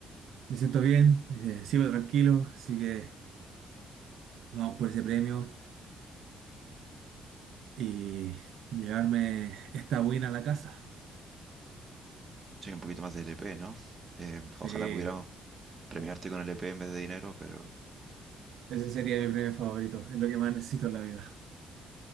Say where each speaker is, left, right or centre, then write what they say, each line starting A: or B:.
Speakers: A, on the right; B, on the right.
A: me siento bien, eh, sigo tranquilo, así que vamos por ese premio. y llevarme esta win a la casa.
B: Soy un poquito más de LP, ¿no? Em,
A: Sí,
B: ojalá pudiéramos premiarte con el EP en vez de dinero, pero
A: ese sería mi premio favorito. Es lo que más necesito en la vida.